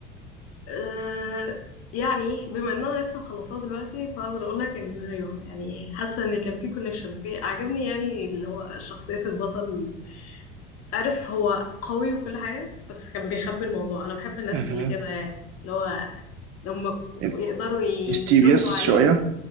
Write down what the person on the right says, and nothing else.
اها
يعني
ميستيريس
شويه